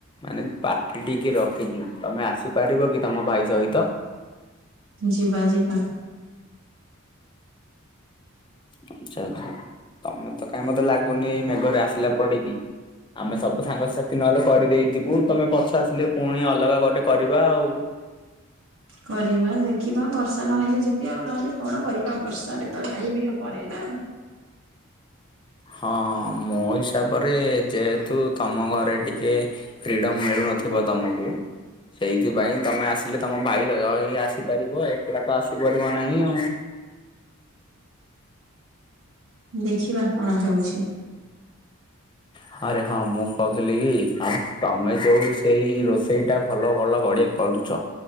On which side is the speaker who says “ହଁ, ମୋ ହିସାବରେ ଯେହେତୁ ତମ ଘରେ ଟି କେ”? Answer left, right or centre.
Left